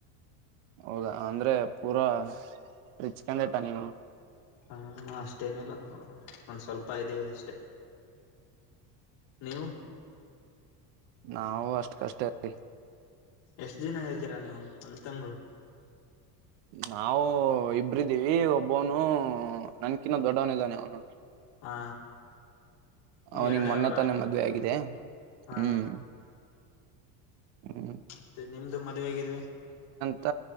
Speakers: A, on the right (about 65°); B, on the left (about 60°).
A: ಹೌದಾ ಅಂದ್ರೆ ಪೂರಾ ರಿಚ್ ಕ್ಯಾಂಡಿಡೇಟ್ಟ ನೀವು.
B: ಹಾ ಅಷ್ಟೇನಿಲ್ಲ ಒಂದ್ ಸ್ವಲ್ಪ ಇದ್ದೀವಿ ಅಷ್ಟೆ. ನೀವು.
A: ನಾವವು ಅಷ್ಟ್ ಕಷ್ಟ ರಿ.
B: ಎಷ್ಟ್ ದಿನ ಹ್ದೀರಾ ನೀವು ಅಣ್ತಮ್ಮರು.
A: ನಾವವು ಇಬ್ರಿದ್ದೀವಿ ಒಬ್ಬವನು ನನ್ಕಿನ್ನ ದೊಡ್ಡವನ ಇದಾನೆ ಅವನು.
B: ಹಾ. ನೀವ್
A: ಅವನಿಗೆ
B: ಎರಡೇ
A: ಮೊನ್ನೆ
B: ಅವ್ರ
A: ತಾನೆ ಮದ್ವೆ ಆಗಿದೆ
B: ಹಾ
A: ಹ್ಮ್. ಹ್ಮ್
B: ಮತ್ತೆ ನಿಮ್ದು ಮದ್ವೆ ಗಿಡವೆ.
A: ತ್ತ